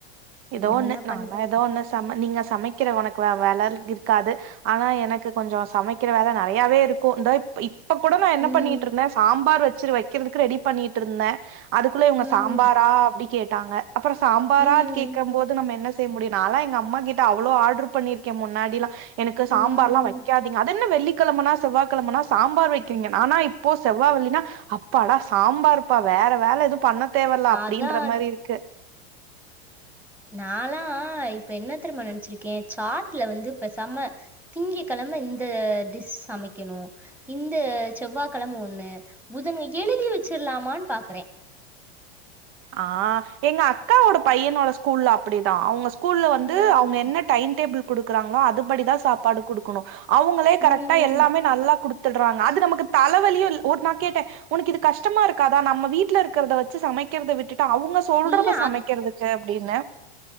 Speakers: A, on the right (about 40°); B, in the centre.
A: ஏதோ
B: என்ன
A: ஒண்ணு நாங்ளா
B: பண்றது?
A: ஏதோ ஒண்ணு சம நீங்க சமைக்கிற உனக்கு வேற வேல இருக்காது ஆனா எனக்கு கொஞ்ச சமைக்கிற வேல நெறையாவே இருக்கு இந்த இப் இப்ப கூட நா என்ன
B: ம்.
A: பண்ணிட்டு இருந்தே சாம்பார் வச்சிரு வக்கிறதுக்கு ரெடி பண்ணிட்ருந்தே அதுக்குள்ள இவுங்க
B: ம்.
A: சாம்பாரா அப்டி கேட்டாங்க அப்பறோ சாம்பாரா
B: ம்.
A: கேக்க போது நம்ம என்ன செய்ய முடியு நாலா எங்க அம்மா கிட்ட அவ்ளோ ஆடரு பண்ணிருக்கே முன்னாடிலா எனக்கு
B: ம்.
A: சாம்பார்லா வெக்காதீங்க அதென்ன வெள்ளி கெழமனா செவ்வா கெழமனா சாம்பார் வெக்கிறீங்க ஆனா இப்போ செவ்வா வெள்ளினா அப்பாடா சாம்பார் பா வேற வேல எது பண்ண தேவல்ல அப்டின்ற
B: அதான்
A: மாரி இருக்கு
B: நாலா இப்ப என்ன தெரிமா நெனச்சிருக்கே சாட்ல வந்து பேசாம திங்ககெழ ம இந்த டிஸ் சமைக்கனு இந்த செவ்வாகெழம ஒண்ணு புதம எழுதி தி வச்சிர்லாமான் பாக்கறே
A: ஆ எங்க அக்காவோட பையனோட ஸ்கூல்ல அப்டிதா அவுங்க ஸ் கூல்ல வந்து
B: ம்.
A: அவுங்க என்ன டைடேபிள் குடுக்குறாங்ளோ அதுபடிதா சாப்பாடு குடுக்கனு அவுங்களே
B: ம்.
A: கரெக்டா எல்லாமே நல்லா குடுத் துட்றாங்க அது நமக்கு தலவலியு இல் ஊட்னா கேட்ட உனக்கு இது கஷ்டமா இருக்காதா நம்ம வீட்ல இருக்கிறத வ ச்சி சமைக்கரத விட்டுட்டு அவுங்க சொல்றத
B: இல்ல
A: சமைக்கிறதுக்கு அப்டின்ன